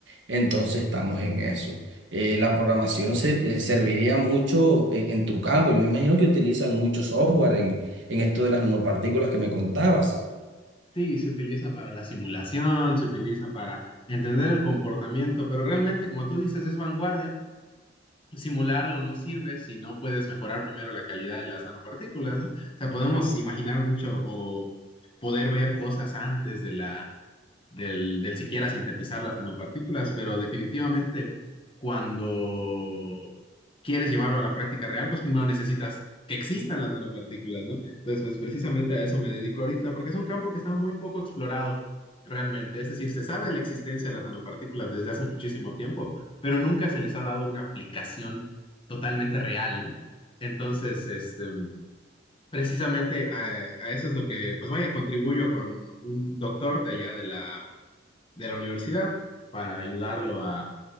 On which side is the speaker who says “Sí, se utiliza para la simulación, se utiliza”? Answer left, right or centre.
Left